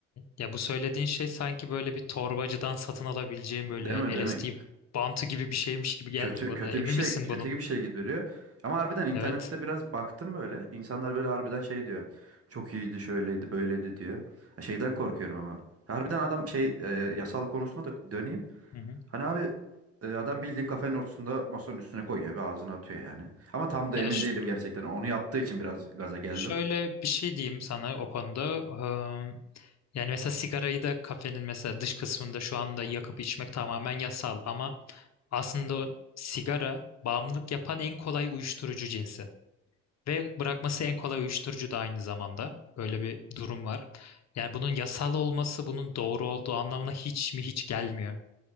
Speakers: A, on the left; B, on the right.
A: ya bu söylediğin şey sanki böyle bir torbacıdan satın alabileceğim böyle
B: Değil mi? Değil
A: LSD
B: mi?
A: bantı gibi bir şeymiş gibi geldi
B: Kötü
A: bana.
B: kötü
A: Emin
B: bir şey
A: misin
B: kötü
A: bunun?
B: gibi bir şey gibi duruyor. Ama harbiden internette
A: Evet.
B: biraz baktım böyle. İnsanlar böyle harbiden şey diyor. Çok iyiydi, şöyleydi, böyleydi diyor. Ha, Şeyden korkuyorum ama. Harbiden adam şey e, yasal konusunda da döneyim.
A: <laughs>
B: Hani abi e, adam bildiğin kafenin ortasında masanın üstüne koyuyor ve ağzına atıyor yani. Ama tam da
A: Ya
B: emin
A: ş-
B: değilim gerçekten. Onu yaptığı için biraz gaza geldim.
A: şöyle bir şey diyeyim sana o konuda. Eee, Yani mesela sigarayı da kafenin mesela dış kısmında şu anda yakıp içmek tamamen yasal ama aslında sigara bağımlılık yapan en kolay uyuşturucu cinsi. Ve bırakması en kolay uyuşturucu da aynı zamanda. Böyle bir durum var. Yani bunun yasal olması bunun doğru olduğu anlamına hiç mi hiç gelmiyor.